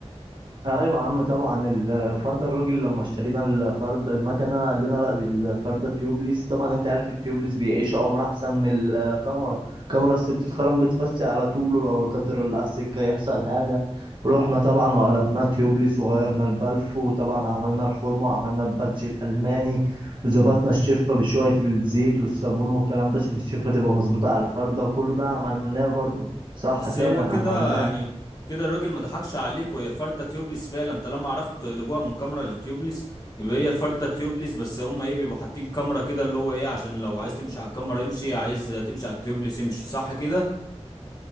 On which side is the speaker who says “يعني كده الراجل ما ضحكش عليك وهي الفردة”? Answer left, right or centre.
Left